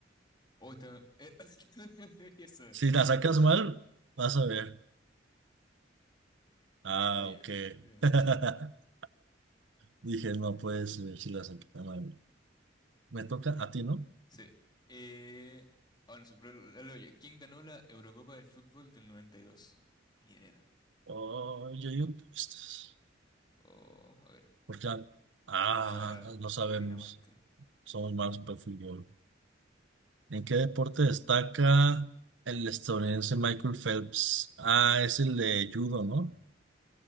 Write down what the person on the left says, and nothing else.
O está... eh, <laughs> debería saber.
Ah, ya.
ya.
<laughs>
Sí. Eh... Ah, no sé, pero la leo yo. ¿Quién ganó la Eurocopa del fútbol del 92? Ni idea.
O, a ver.
O era
Dinamarca.